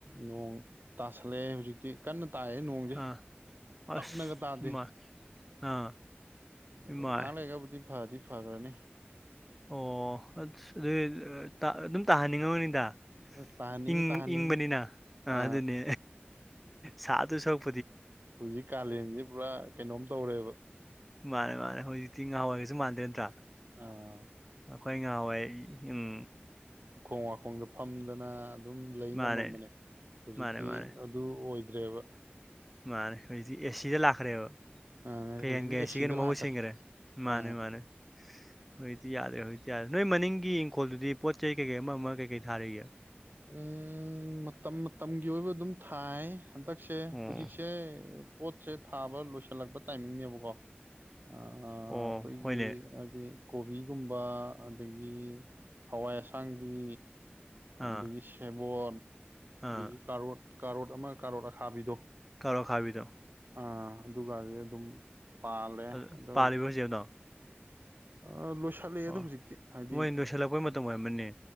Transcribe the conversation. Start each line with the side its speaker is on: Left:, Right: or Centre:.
Right: ꯅꯣꯡ ꯇꯥꯁꯜꯂꯛꯑꯦ ꯍꯧꯖꯤꯛꯇꯤ ꯀꯟꯅꯥ ꯇꯥꯌꯦ ꯅꯣꯡꯁꯦ
Centre: ꯑꯥ ꯑꯁ
Right: ꯇꯞꯅꯒ ꯇꯥꯗꯦ
Centre: ꯏꯃꯥꯏ ꯑꯥ
Right: ꯑꯗꯣ
Centre: ꯏꯃꯥꯏ
Right: ꯉꯥꯏꯍꯥꯛ ꯂꯩꯒꯕꯨꯗꯤ ꯐꯗꯤ ꯐꯈ꯭ꯔꯅꯤ
Centre: ꯑꯣ <unintelligible> ꯑꯗꯨꯒꯤ ꯇꯥ ꯑꯗꯨꯝ ꯇꯥꯍꯟꯅꯤꯡꯉꯝꯃꯅꯤꯗ
Right: ꯑꯁ ꯇꯥꯍꯟꯅꯤꯡꯉꯤ
Centre: ꯏꯪ
Right: ꯇꯥꯍꯟꯅꯤꯡꯉꯤ
Centre: ꯏꯪꯕꯅꯤꯅ ꯑꯥ
Right: ꯑ
Centre: ꯑꯗꯨꯅꯦ ꯁꯥꯗꯧ ꯁꯔꯨꯛ
Right: ꯍꯨꯖꯤꯛ ꯀꯥꯂꯦꯟꯖꯦ ꯄꯨꯔꯥ ꯀꯩꯅꯣꯝ ꯇꯧꯔꯦꯕ
Centre: ꯃꯥꯅꯦ ꯃꯥꯅꯦ ꯍꯧꯖꯤꯛꯇꯤ ꯉꯍꯧꯋꯥꯏꯒꯁꯨ ꯃꯥꯟꯅꯗ꯭ꯔꯦ ꯅꯠꯇ꯭ꯔꯥ
Right: ꯑꯥ
Centre: ꯑꯩꯈꯣꯏ ꯉꯍꯥꯟꯋꯥꯏ ꯑꯪ
Right: ꯎꯈꯣꯡ ꯋꯥꯈꯣꯡꯗ ꯐꯝꯗꯅ ꯑꯗꯨꯝ ꯂꯩ ꯉꯝꯃꯝꯕꯅꯦ
Centre: ꯃꯥꯅꯦ
Right: ꯍꯧꯖꯤꯛꯇꯤ
Centre: ꯃꯥꯅꯦ ꯃꯥꯅꯦ
Right: ꯑꯗꯨ ꯑꯣꯏꯗ꯭ꯔꯦꯕ
Centre: ꯃꯥꯅꯦ ꯍꯧꯖꯤꯛꯇꯤ ꯑꯦ ꯁꯤ ꯗ ꯂꯥꯛꯈ꯭ꯔꯦꯕ꯫
Right: ꯑ
Centre: ꯐꯦꯟꯒ
Right: ꯍꯧꯖꯤꯛꯇꯤ
Centre: ꯑꯦꯁꯤꯒꯅ
Right: ꯑꯦꯁꯤꯗ
Centre: ꯃꯍꯨꯠ
Right: ꯂꯥꯛꯈ꯭ꯔꯦ
Centre: ꯁꯤꯡꯒꯔꯦ ꯃꯥꯅꯦ
Right: ꯑ
Centre: ꯃꯥꯅꯦ꯫ ꯍꯧꯖꯤꯛꯇꯤ ꯌꯥꯗ꯭ꯔꯦ ꯍꯧꯖꯤꯛꯇꯤ ꯌꯥꯔꯦ ꯅꯣꯏ ꯃꯅꯤꯡꯒꯤ ꯏꯪꯈꯣꯜꯗꯨꯗꯤ ꯄꯣꯠ ꯆꯩ ꯀꯩꯀꯩ ꯑꯃ ꯑꯃ ꯀꯩꯀꯩ ꯊꯥꯔꯤꯒꯦ
Right: ꯎꯝ ꯃꯇꯝ ꯃꯇꯝꯒꯤ ꯑꯣꯏꯕ ꯑꯗꯨꯝ ꯊꯥꯏ ꯍꯟꯗꯛꯁꯦ
Centre: ꯑꯣ
Right: ꯍꯨꯖꯤꯛꯁꯦ ꯄꯣꯠꯁꯦ ꯊꯥꯕ ꯂꯣꯏꯁꯜꯂꯛꯄ ꯇꯥꯏꯃꯤꯡꯅꯦꯕꯀꯣ ꯑꯥ
Centre: ꯑꯣ
Right: ꯑꯩꯈꯣꯏꯒꯤ
Centre: ꯍꯣꯏꯅꯦ
Right: ꯍꯥꯏꯗꯤ ꯀꯣꯕꯤꯒꯨꯝꯕ ꯑꯗꯒꯤ ꯍꯋꯥꯏ ꯑꯁꯥꯡꯕꯤ ꯑꯗꯒꯤ
Centre: ꯑꯥ
Right: ꯁꯦꯕꯣꯠ
Centre: ꯑꯥ
Right: ꯑꯗꯒꯤ ꯀꯥꯔꯣꯠ ꯀꯥꯔꯣꯠ ꯑꯃ ꯀꯥꯔꯣꯠ ꯑꯈꯥꯕꯤꯗꯣ
Centre: ꯀꯔꯣꯠ ꯈꯥꯕꯤꯗꯣ
Right: ꯑꯥ ꯑꯗꯨꯒꯗꯤ ꯑꯗꯨꯝ ꯄꯥꯜꯂꯦ
Centre: ꯑꯗꯨ
Right: ꯑꯗꯣ
Centre: ꯄꯥꯜꯂꯤꯕꯣ ꯍꯧꯖꯤꯛ ꯑꯗꯣ
Right: ꯑ ꯂꯣꯏꯁꯜꯂꯛꯑꯦꯗ
Centre: ꯑꯣ
Right: ꯍꯨꯖꯤꯛꯇꯤ ꯍꯥꯏꯗꯤ
Centre: ꯃꯣꯏ ꯂꯣꯏꯁꯤꯜꯂꯛꯄꯩ ꯃꯇꯝ ꯑꯣꯏꯔꯝꯃꯅꯤ